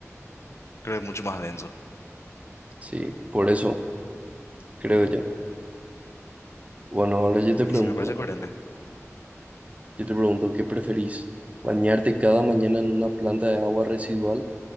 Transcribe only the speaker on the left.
creo que es mucho más denso.
Y
sí, me parece coherente.